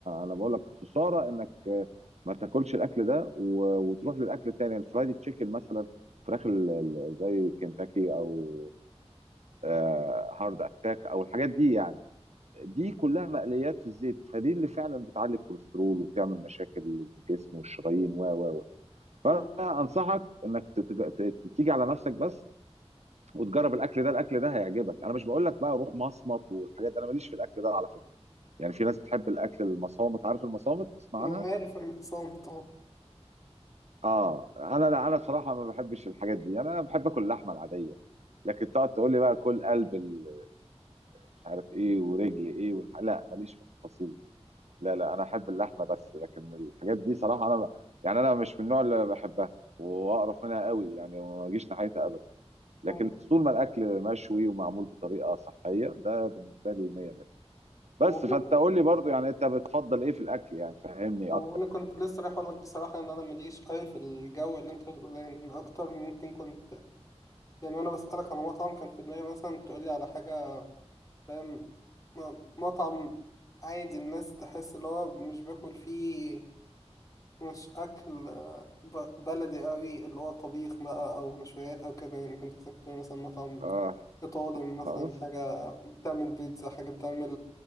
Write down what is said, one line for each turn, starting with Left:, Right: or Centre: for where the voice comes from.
Right: انا بقول لك خساره انك ما تاكلش الاكل ده و... وتروح للاكل التاني الفرايد تشيكن مثلا فراخ ال... ال- زي كنتاكي او آه، هارد اتاك او الحاجات دي يعني دي كلها مقليات في الزيت فدي اللي فعلا بتعلي الكوليسترول وبتعمل مشاكل للجسم والشرايين و و و فانا
Left: مم.
Right: انصحك انك تتج- ت- تيجي على نفسك بس وتجرب الاكل ده الاكل ده هيعجبك انا مش بقول لك بقى روح مصمت والحاجات دي انا ماليش في الاكل ده على فكره يعني في ناس بتحب الاكل المصامت عارف المصامت تسمع
Left: أنا
Right: عنها
Left: عارف أنا حسام طبعا
Right: اه انا لا انا بصراحه ما بحبش الحاجات دي يعني انا بحب اكل اللحمه العاديه لكن تقعد تقول لي بقى كل قلب ال- مش عارف ايه ورجل ايه والح... لا ماليش في التفاصيل دي لا لا انا احب اللحمه بس لكن الحاجات دي صراحه انا ب... يعني انا مش من النوع اللي بحبها واقرف منها قوي يعني وما اجيش ناحيتها ابدا لكن
Left: مم.
Right: طول ما الاكل مشوي ومعمول بطريقه صحيه ده بالنسبه لي 100 100 بس
Left: هو أنا-
Right: فانت قول لي برضو يعني انت بتفضل ايه في الاكل يعني فهمني
Left: هو
Right: اكتر
Left: أنا كنت لسه رايح أقولك بصراحة إن أنا ماليش أوي في الجو اللي أنت بتقول عليه، إن أكتر ممكن كنت يعني وأنا بسألك على مطعم كان في دماغي مثلا تقولي على حاجة فاهم م- مطعم عادي الناس تحس اللي هو مش باكل فيه مش أكل آه، ب- بلدي أوي اللي هو طبيخ بقى أو مشويات أو كده يعني كنت بس كنت تقولي مثلا مطعم
Right: اه
Left: إيطالي مثلا
Right: خلاص
Left: حاجة بتعمل بيتزا حاجة بتعمل